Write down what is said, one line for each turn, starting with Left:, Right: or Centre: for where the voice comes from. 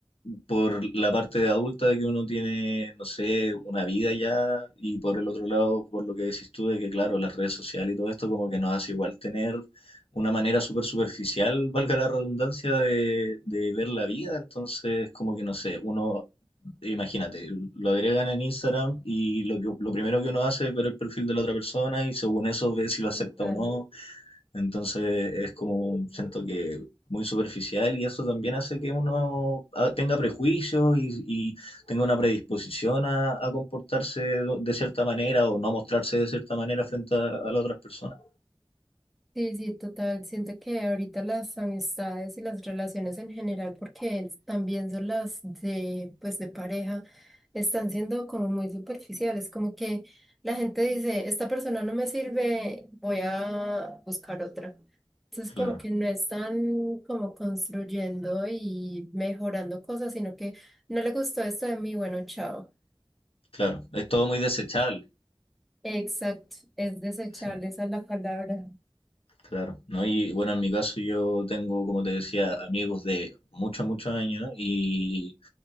Left: por la parte de adulta de que uno tiene, no sé, una vida ya, y por el otro lado, por lo que decís tú, de que claro, las redes sociales y todo esto como que nos hace igual tener una manera súper superficial, valga la redundancia, de, de ver la vida, entonces como que no sé, uno, imagínate, lo agregan en Instagram y lo que, lo primero que uno hace es ver el perfil de la otra persona y según eso ve si lo acepta
Centre: total.
Left: o no, entonces es como, siento que muy superficial y eso también hace que uno ah, tenga prejuicios y, y tenga una predisposición a, a comportarse de cierta manera o no mostrarse de cierta manera frente a, a las otras personas.
Centre: Sí, sí, total. Siento que ahorita las amistades y las relaciones en general, porque es- también son las de, pues, de pareja, están siendo como muy superficiales, como que la gente dice, esta persona no me sirve, voy a buscar otra. Entonces,
Left: Claro,
Centre: como que no están como construyendo y mejorando cosas, sino que no le gustó esto de mí, bueno, chao.
Left: claro. Es todo muy desechable.
Centre: Exacto, es desechable,
Left: Sí,
Centre: esa es la palabra.
Left: claro. ¿No? Y bueno, en mi caso yo tengo, como te decía, amigos de muchos, muchos años y